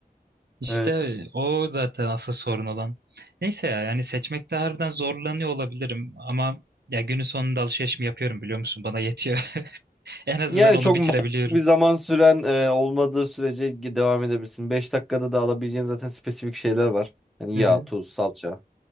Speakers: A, on the right; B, in the centre.
A: İşte
B: Evet.
A: o zaten asıl sorun olan. Neyse ya yani seçmekte harbiden zorlanıyor olabilirim ama ya günün sonunda alışveriş mi yapıyorum biliyor musun? Bana yetiyor. <laughs> En azından
B: Yani
A: onu
B: çok
A: bitirebiliyorum.
B: ma- bir zaman süren e, olmadığı sürece gi- devam edebilirsin. 5 dakikada da alabileceğin zaten spesifik şeyler var. Yani
A: Hı
B: yağ,
A: hı.
B: tuz, salça,